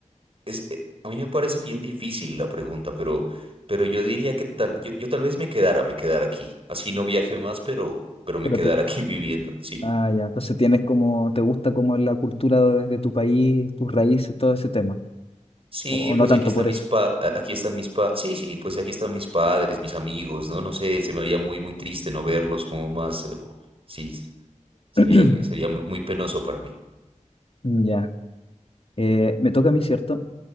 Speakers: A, on the right; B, on the left.
A: es, eh, a mí me parece bien difícil la pregunta, pero, pero yo diría que tal, yo, yo tal vez me quedara, me quedara aquí. Así no viaje más, pero, pero me
B: pero
A: quedara
B: te...
A: aquí <laughs> viviendo, sí.
B: Ah, ya, entonces tienes como, te gusta como la cultura de, de tu país, tus raíces, todo ese tema,
A: Sí,
B: o, o
A: pues
B: no tanto
A: aquí están
B: por
A: mis
B: eso.
A: pa, a- aquí están mis pa, sí, sí, pues aquí están mis padres, mis amigos, ¿no? No sé, se me haría muy, muy triste no verlos como más, eh, sí, Sería
B: <clears throat>
A: que sería muy, muy penoso para mí.
B: Ya, Eh, me toca a mí, ¿cierto?